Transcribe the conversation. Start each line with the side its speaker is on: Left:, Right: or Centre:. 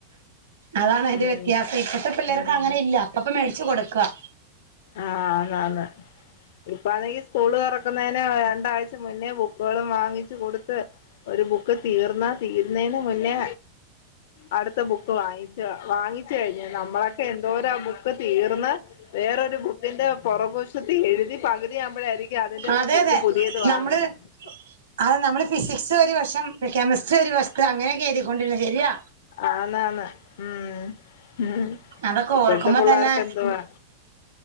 Right: അതാണ് അതിന്റെ
Left: ഉം
Right: വ്യത്യാസം ഇപ്പത്തെ പിള്ളേർക്ക്
Left: ഉം
Right: അങ്ങനെ ഇല്ല അപ്പപ്പ മേടിച്ചു കൊടുക്കാ
Left: ആഹ് ആന്നാന്ന് ഇപ്പാണെങ്കി സ്കൂള് തൊറക്കുന്നേന് രണ്ടാഴ്ച മുന്നേ ബുക്ക് ബുക്കുകളും വാങ്ങിച്ചു കൊടുത്ത് ഒരു ബുക്ക് തീർന്നാ തീര്ന്നേന് മുന്നേ അടുത്ത ബുക്ക് വാങ്ങിച്ചാ വാങ്ങിച്ച് കഴിഞ്ഞ് നമ്മളൊക്കെ എന്തോരാ ആ ബുക്ക് തീർന്ന് വേറൊരു ബുക്കിന്റെ പൊറകുവശത്ത് എഴുതി പകുതിയാവുമ്പഴായിരി ക്കും അതിന്റെ
Right: അതെ
Left: ബുക്ക്
Right: അതെ
Left: പുതിയത് വാങ്ങുന്നെ
Right: നമ്മള് അത് നമ്മള് ഫിസിക്സ് ഒരു വശം കെമിസ്ട്രി ഒരു വശത്ത് അങ്ങനെയൊക്കെ എഴുതിക്കൊണ്ടിരുന്നെ ശരിയാ
Left: ആന്നാന്ന് ഉം ഉം
Right: അതൊക്കെ
Left: ഇപ്പഴ്ത്തെ
Right: ഓർക്കുമ്പോ
Left: പിള്ളേർക്കെന്തുവാ
Right: തന്നെ